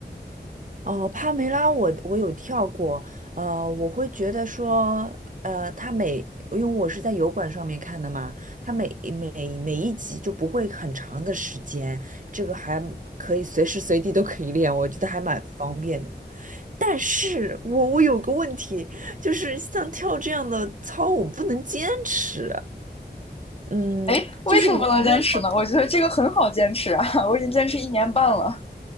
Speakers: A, on the right; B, on the left.
A: 哦，帕梅拉我，我有跳过，呃，我会觉得说，呃，它每，因为我是在油管上面看的嘛，它每每每一集就不会很长的时间，这个还可以随时随地都可以练，我觉得还蛮方便的。但是我我有个问题，就是像跳这样的操，我不能坚持。嗯，
B: 哎，为什么不能坚持呢？
A: 就是我还没有
B: 我觉得这个很好坚持啊，<laughs> 我已经坚持一年半了。